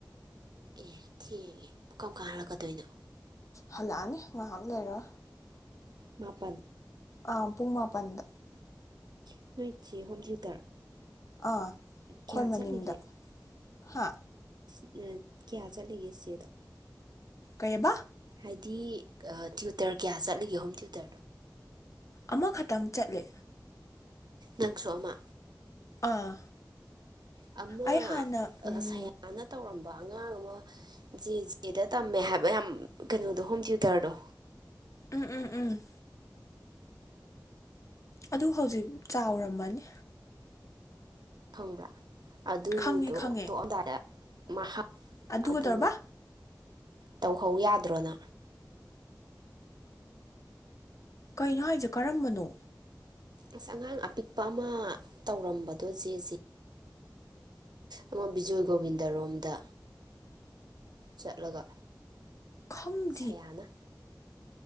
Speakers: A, on the right; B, on the left.
A: ꯑꯦ ꯊꯦꯡꯉꯦ ꯀꯝꯀꯥꯟ ꯍꯜꯂꯛꯀꯗꯣꯏꯅꯣ
B: ꯍꯜꯂꯛꯑꯅꯤ ꯉꯥꯏꯍꯥꯛ ꯂꯩꯔ
A: ꯃꯥꯄꯜ
B: ꯑ ꯄꯨꯡ ꯃꯥꯄꯟꯗ
A: <inaudible>
B: ꯑꯥ ꯑꯩꯈꯣꯏ
A: ꯀꯌꯥ
B: ꯃꯅꯤꯡꯗ
A: ꯆꯠꯂꯤꯒꯦ
B: ꯍꯥ
A: <inaudible>
B: ꯀꯩꯑꯕ
A: ꯍꯥꯏꯗꯤ ꯇ꯭ꯌꯨꯇꯔ ꯀꯌꯥ ꯆꯠꯂꯤꯒꯦ ꯍꯧꯖꯤꯛꯇ
B: ꯑꯃꯈꯛꯇꯪ ꯆꯠꯂꯦ
A: ꯅꯪꯁꯣꯑꯃ
B: ꯑꯥ
A: ꯑꯃ
B: ꯑꯩ ꯍꯥꯟꯅ
A: ꯑ
B: ꯎꯝ
A: ꯁꯌꯥꯅ ꯇꯧꯔꯝꯕ ꯑꯉꯥꯡ ꯑꯃ ꯖꯦ ꯖꯦꯗ ꯇꯝꯃꯦ ꯍꯥꯏꯕ ꯌꯥꯝ ꯀꯩꯅꯣꯗꯣ ꯍꯣꯝ ꯇ꯭ꯌꯨꯇꯔꯗꯣ
B: ꯎꯝ ꯎꯝ ꯎꯝ ꯑꯗꯨ ꯍꯧꯖꯤꯛ ꯆꯥꯎꯔꯝꯃꯅꯤ
A: ꯐꯪꯕ꯭ꯔꯥ ꯑꯗꯨꯗꯣ
B: ꯈꯪꯉꯦ ꯈꯪꯉꯦ
A: ꯇꯣꯛꯑꯝꯗꯥꯏꯗ ꯃꯍꯥꯛ
B: ꯑꯗꯨꯒ
A: ꯑꯗꯨ
B: ꯇꯧꯔꯕ
A: ꯇꯧꯍꯧ ꯌꯥꯗ꯭ꯔꯣꯅ
B: ꯀꯩꯅꯣ ꯍꯥꯏꯁꯦ ꯀꯔꯝꯕꯅꯣ
A: ꯑꯁ ꯑꯉꯥꯡ ꯑꯄꯤꯛꯄ ꯑꯃ ꯇꯧꯔꯝꯕꯗꯣ ꯖꯦ ꯖꯦ ꯑꯃ ꯕꯤꯖꯣꯏ ꯒꯣꯕꯤꯟꯗꯔꯣꯝꯗ ꯆꯠꯂꯒ
B: ꯈꯪ
A: ꯁꯌꯥꯅ